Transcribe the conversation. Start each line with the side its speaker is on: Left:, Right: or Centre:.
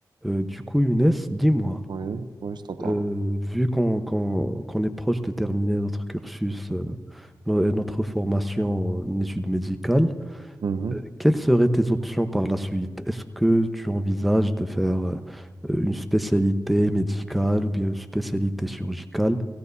Centre: Euh, du coup, Younes, dis-moi,
Right: Oui, oui, je t'entends.
Centre: euh, vu qu'on qu'on- qu'on est proche de terminer notre cursus euh, no- et notre formation en études médicales,
Right: Mhm,
Centre: euh, quelles seraient tes options par la suite? Est-ce que tu envisages de faire euh, une spécialité médicale ou bien une spécialité chirurgicale?